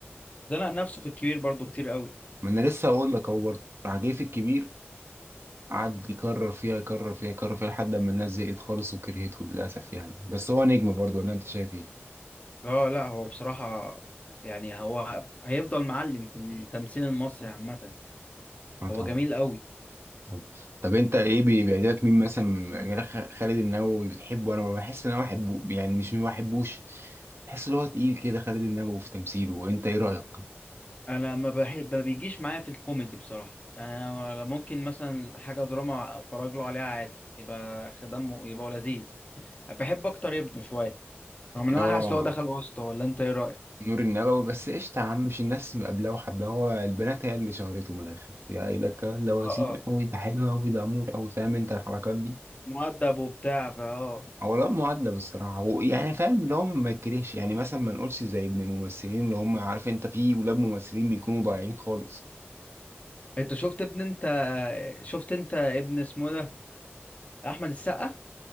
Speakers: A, on the left (about 35°); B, on the right (about 65°).
A: ده نفسه في الكبير برضه كتير قوي
B: ما انا لسه هقول لك اهو برضه راح جاي في الكبير قعد يكرر فيها يكرر فيها يكرر فيها لحد ما الناس زهقت خالص وكرهته للاسف يعني بس هو نجم برضه ولا انت شايف ايه؟
A: اه لا هو بصراحة يعني هو هيفضل معلم في التمثيل المصري عامة
B: اه طبعا
A: هو جميل قوي
B: طبعاً. طب انت ايه بي- بيعجبك مين مثلا من- غير خ- خالد النبوي بتحبه انا بحس ان انا بحبه يعني مش ما بحبوش بحس ان هو تقيل كده خالد النبوي في تمثيله وانت ايه رايك؟
A: انا ما بحب ما بيجيش معايا في الكوميدي بصراحة يعني أنا ممكن مثلا حاجة دراما اتفرج له عليها عادي يبقى خدمه يبقى هو لذيذ بحب اكتر ابنه شوية رغم ان
B: اه
A: انا حاسس لو دخل وسطه ولا انت ايه رأيك
B: نور النبوي بس قشطة يا عم مش الناس مقابلاه وحباه هو البنات هي اللي شهرته من الآخر يا قايلة الكلام ده وسيم
A: اه اه
B: أوي ده حلو أوي ده أمور أوي فاهم أنت الحركات دي
A: مؤدب وبتاع فا اه
B: هو الواد مؤدب الصراحة هو يعني فاهم اللي هو ما يكرهش يعني مثلا ما نقولش زي ابن الممثلين اللي هم عارف أنت في ولاد ممثلين بيكونوا ضايعين خالص
A: انت شفت ابن انت شفت انت ابن اسمه ده احمد السقا